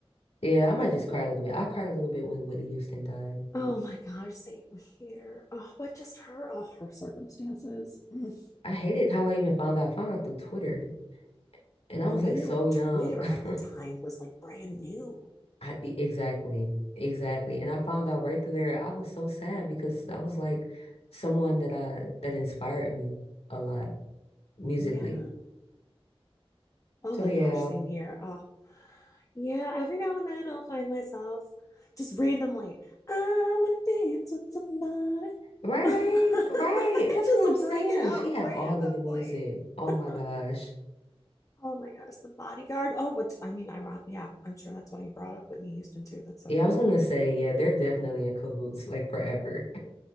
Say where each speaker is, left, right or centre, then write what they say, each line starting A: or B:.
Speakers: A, on the left; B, on the left.
A: Yeah, I might just cry a little bit. I cried a little bit when Whitney Houston died.
B: Oh my gosh, same here. Oh, but just her, oh, her circumstances. Mm.
A: I hated how I even found out. I found out through Twitter. And
B: Really,
A: I was like so young.
B: Twitter at
A: <laughs>
B: the time was like brand new.
A: I, e- exactly. Exactly. And I found out right through there. I was so sad because that was like someone that I that inspired me a lot musically.
B: Yeah. Oh
A: So
B: my
A: yeah.
B: gosh, same here. Oh, yeah. Every now and then I'll find myself just randomly, I want to dance with somebody.
A: Right,
B: <laughs>
A: right. That's
B: just
A: what I'm saying.
B: break it out
A: She
B: randomly.
A: had all the good music. Oh
B: <laughs>
A: my gosh.
B: Oh my gosh, The Bodyguard. Oh, what's I mean, ironic. Yeah, I'm sure that's why you brought up Whitney Houston too. That's so
A: Yeah,
B: funny.
A: I was gonna say, yeah, they're definitely in cahoots, like forever.